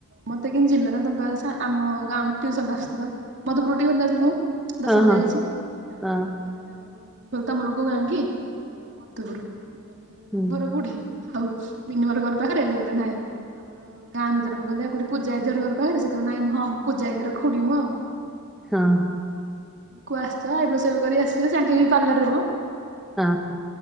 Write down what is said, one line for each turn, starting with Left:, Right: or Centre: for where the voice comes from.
Right: ମତେ କେନ୍ତି ଚିହ୍ନିଲ? ନା ତମେ ବା ସା ଆମ ଗାଁକୁ ଟିଉସନ ଆସୁଥିଲ। ମଧୁପୁରୁ ଟିଉସନ୍ ଯାଉଥିଲି ମୁଁ, ଦଶମ
Centre: ହଁ ହଁ
Right: ଯାଏ ଯାଇଛି। ମୁଁ କହିଲି
Centre: ହଁ
Right: ତମର କୋଉ ଗାଁ କି? ମଧୁପୁରୁ। ତମ
Centre: ହୁଁ
Right: ଘର କୋଉଠି? ଆଉ ବିନୁ ଘର ଘର ପାଖରେ? ହେ କହିଲା ନାଇଁ। ଆମର ଗାଁ ଭିତରେ ମୁଁ ଗଲେ ଆଉ ଗୋଟେ ପୂଜା ଦିଦି ଘର ଘର ପାଖରେ? ସେ କହିଲେ ନାଇଁ ହଁ ପୂଜା ଦିଦିର ଖୁଡ଼ି ମୁଁ ଆଉ।
Centre: ହଁ
Right: କୁ ଆସ, ଆଇବ୍ରୋ ସେପ କରିକି ଆସିବ। ତାଙ୍କେ ବି ପାର୍ଲରରେ ମ
Centre: ହଁ।